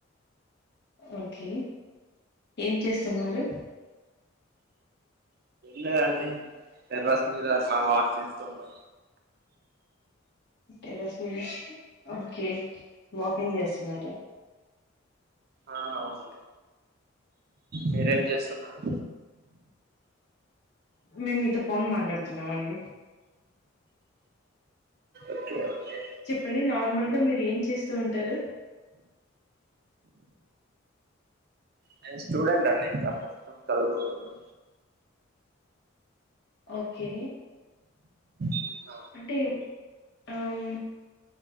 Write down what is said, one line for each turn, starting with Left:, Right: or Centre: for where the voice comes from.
Left: ఓకే ఏం చేస్తున్నారు?
Right: లేదండి టెర్రస్ మీద అట్ల వాక్ చేస్తన్నా
Left: టెర్రస్ మీద ఓకే వాకింగ్ చేస్తున్నార?
Right: ఆ అవునుండి మీరేం చేస్తున్నారు?
Left: మేము మీతో ఫోన్ మాట్లాడుతున్నామండి.
Right: ఓకే ఓకే
Left: చెప్పండి నార్మల్ గా మీరు ఏం చేస్తూ ఉంటారు?
Right: నేను స్టూడెంట్ అండి ఇంకా ప్రస్తుతం చదువుకుంటున్నాను
Left: ఓకే
Right: అ
Left: అంటే అమ్